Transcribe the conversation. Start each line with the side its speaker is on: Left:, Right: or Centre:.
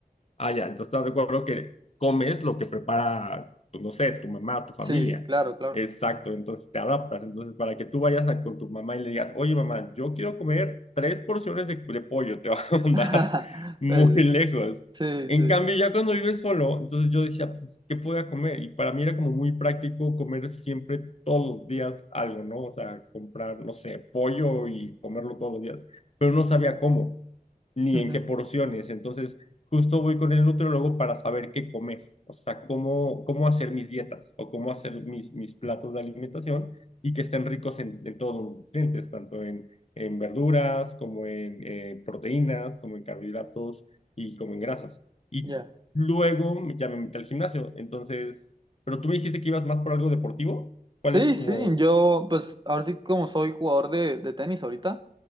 Left: Ah, ya, entonces estás de acuerdo que comes lo que prepara, pues no sé, tu mamá, tu familia.
Right: sí, claro, claro.
Left: Exacto, entonces te adaptas. Entonces, para que tú vayas a- con tu mamá y le digas, oye mamá, yo quiero comer tres porciones de, de pollo, te va a <laughs>
Right: <laughs>
Left: mandar muy
Right: Pues,
Left: lejos.
Right: sí,
Left: En
Right: sí.
Left: cambio, ya cuando vives solo, entonces yo decía, pues, ¿qué podía comer? Y para mí era como muy práctico comer siempre todos los días algo, ¿no? O sea, comprar, no sé, pollo y comerlo todos los días, pero no sabía cómo ni
Right: Ujú,
Left: en qué porciones. Entonces, justo voy con el nutriólogo para saber qué comer, o sea, cómo, cómo hacer mis dietas o cómo hacer mis, mis platos de alimentación y que estén ricos en, en todos los nutrientes, tanto en, en verduras como en eh, proteínas, como en carbohidratos y como en grasas. Y
Right: Ya.
Left: luego ya me metí al gimnasio, entonces, pero tú me dijiste que ibas más por algo deportivo, ¿cuál
Right: Sí,
Left: es como...
Right: sí, yo pues ahora sí como soy jugador de, de tenis ahorita